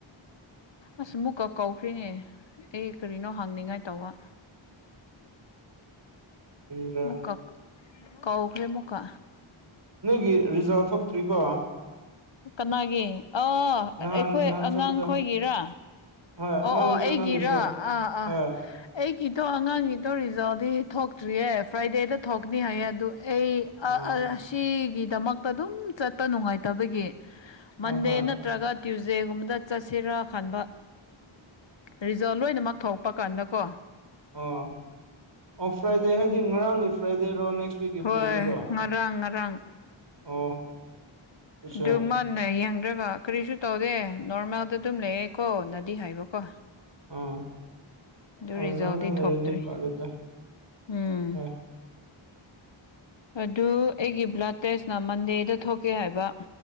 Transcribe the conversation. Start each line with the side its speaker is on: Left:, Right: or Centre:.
Left: ꯑꯁ ꯃꯨꯛꯀ ꯀꯧꯈ꯭ꯔꯤꯅꯦ ꯑꯩ ꯀꯔꯤꯅꯣ ꯍꯪꯅꯤꯡꯉꯥꯏ ꯇꯧꯕ
Right: ꯀꯔꯤꯔꯥ
Left: ꯃꯀ ꯀꯧꯈꯦ ꯃꯨꯀ
Right: ꯅꯒꯤ ꯔꯤꯖꯥ ꯊꯇ꯭ꯔꯤꯀꯣ
Left: ꯀꯅꯥꯒꯤ ꯑꯥ
Right: ꯅꯍꯥꯟ
Left: ꯑꯩꯈꯣꯏ
Right: ꯅꯍꯥꯟ
Left: ꯑꯉꯥꯡ
Right: ꯆꯠꯄꯗꯣ
Left: ꯈꯣꯏꯒꯤꯔꯥ
Right: ꯍꯣꯏ
Left: ꯑꯣ
Right: ꯑꯉꯥꯡꯒꯤꯁꯨ
Left: ꯑꯣ ꯑꯩꯒꯤꯔ
Right: ꯅꯪꯒꯤꯁꯨ
Left: ꯑꯥ ꯑꯥ
Right: ꯍꯣꯏ
Left: ꯑꯩꯒꯤꯗꯣ ꯑꯉꯥꯡꯒꯤꯗꯣ ꯔꯤꯖꯥꯜꯗꯤ ꯊꯣꯛꯇ꯭ꯔꯤꯌꯦ ꯐ꯭ꯔꯥꯏꯗꯦꯗ ꯊꯣꯛꯅꯤ ꯍꯥꯏꯌꯦ ꯑꯗꯨ ꯑꯩ
Right: ꯑꯥ
Left: ꯁꯤ ꯗꯃꯛꯇ ꯑꯗꯨꯝ ꯆꯠꯄ ꯅꯨꯡꯉꯥꯏꯇꯕꯒꯤ
Right: ꯍꯣꯏ
Left: ꯃꯟꯗꯦ
Right: ꯍꯣꯏ
Left: ꯅꯠꯇ꯭ꯔꯒ ꯇ꯭ꯌꯨꯁꯗꯦꯒꯨꯝꯕꯗ ꯆꯠꯁꯤꯔꯥ ꯈꯕ ꯔꯤꯖꯜ ꯂꯣꯏꯅꯃꯛ ꯊꯣꯛꯂꯛꯄ ꯀꯥꯟꯗ ꯀꯣ
Right: ꯑꯣ ꯑꯣ ꯐ꯭ꯔꯥꯏꯗꯦ ꯍꯥꯏꯗꯤ ꯉꯔꯥꯡꯒꯤ ꯐ꯭ꯔꯥꯏꯗꯦꯔꯣ ꯅꯦꯛꯁ ꯋꯤꯛꯀꯤ
Left: ꯍꯣꯏ
Right: ꯐ꯭ꯔꯥꯏꯗꯦꯔꯣ
Left: ꯉꯔꯥꯡ ꯉꯔꯥꯡ
Right: ꯑꯣ ꯑꯠꯆꯥ
Left: ꯑꯗꯨꯃꯥꯟꯅ ꯌꯦꯡ ꯍꯥꯏꯔꯒ ꯀꯔꯤꯁꯨ ꯇꯧꯗꯦ ꯅꯣꯔꯃꯦꯜꯗ ꯑꯗꯨꯝ ꯂꯩꯌꯦ ꯀꯣ ꯅꯗꯤ ꯍꯥꯏꯕꯀꯣ
Right: ꯑꯥ <unintelligible> <inaudible>
Left: ꯑꯗꯨ
Right: ꯑꯥ
Left: ꯔꯤꯖꯥꯜꯗꯤ
Right: ꯅꯣꯔꯃꯦꯜ ꯂꯩꯔꯗꯤ
Left: ꯊꯣꯛꯇ꯭ꯔꯤ
Right: ꯐꯔꯦꯗ
Left: ꯎꯝ
Right: ꯍꯣꯏ
Left: ꯑꯗꯨ ꯑꯩꯒꯤ ꯕ꯭ꯂꯠ ꯇꯦꯁꯅ ꯃꯟꯗꯦꯗ ꯊꯣꯛꯀꯦ ꯍꯥꯏꯕ